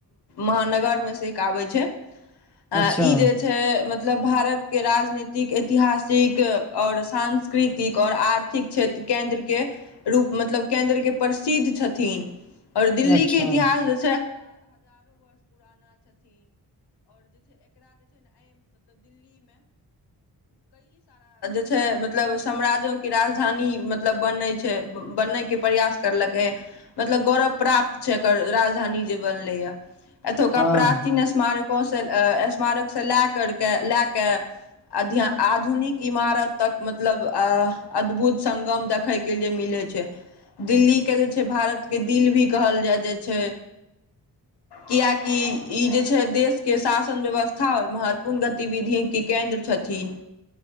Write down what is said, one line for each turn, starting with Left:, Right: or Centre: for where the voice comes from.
Left: महानगरमे से एक आबै छै आ
Centre: अच्छा
Left: ई जे छै मतब मतलब भारतके राजनीतिक ऐतिहासिक आओर सांस्कृतिक आओर आर्थ क्षेत्र केन्द्र के रूप मतलब केन्द्र के प्रसिद्ध छथिन औ दिल्ली
Centre: अच्छा
Left: के इतिहास जे छै क राजधानी मतलब बनै छै बनय के प्रयास करलकै मतलब गौरव प्राप्त छै एकर राजधानी जे बनलैए एतोका
Centre: हँ
Left: प्राचीन स्मारक गाँवसँ स्मारकसँ लए कर क लए कऽ अध्य आधुनिक इमारत तक मतलब अद्भुत संगगम देखै के लिए मिलै छै दिल्ली के जे छै भारत के दिल भी कहल जाय जाइ छै किएकि ई जे छै देश के शासन व्यवस्था आओर महत्वपूर्ण गतिविधि के केन्द्र छथिन